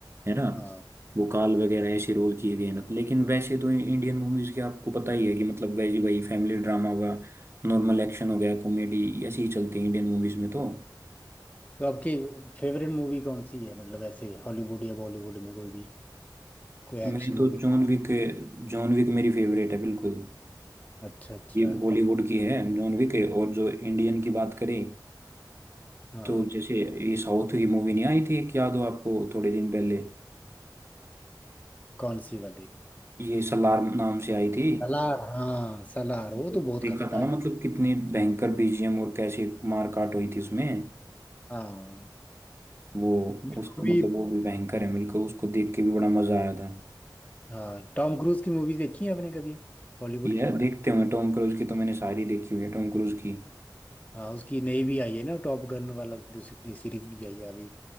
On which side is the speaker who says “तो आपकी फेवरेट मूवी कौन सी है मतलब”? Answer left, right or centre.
Left